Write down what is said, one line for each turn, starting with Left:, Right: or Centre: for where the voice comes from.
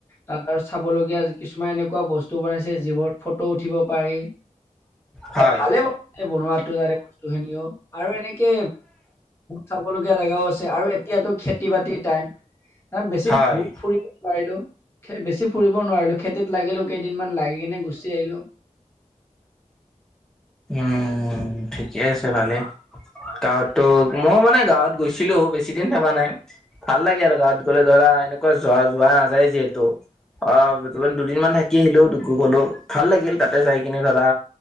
Left: তাত আৰু চাবলগীয়া কিছুমান এনেকুৱা বস্তু বনাইছে যিবোৰ ফটো উঠিব পাৰি।
Centre: হয়
Left: এ, ভালে বনোৱাটো তাৰে বস্তুখিনিও আৰু এনেকে চাব লগীয়া জেগাও আছে আৰু এতিয়াতো খেতি বাতিৰ টাইম, বেছি
Centre: হয়
Left: ফুৰ ফুৰি নোৱাৰিলো, বেছি ফুৰিব নোৱাৰিলো, খেতিত লাগিলো কেইদিনমান লাগি কিনে গুচি আহিলো।
Centre: উম, ঠিকে আছে ভালেই। গাঁৱত ত' মই মানে গাঁৱত গৈছিলোঁ, বেছি দিন থকা নাই। ভাল লাগে আৰু গাঁৱত গ'লে ধৰা এনেকুৱা যোৱা যোৱা নাযায় যিহেতু। অ' য দুদিনমান থাকি আহিলোঁ, গ'লো ভাল লাগিল তাতে চাই কিনে ধৰা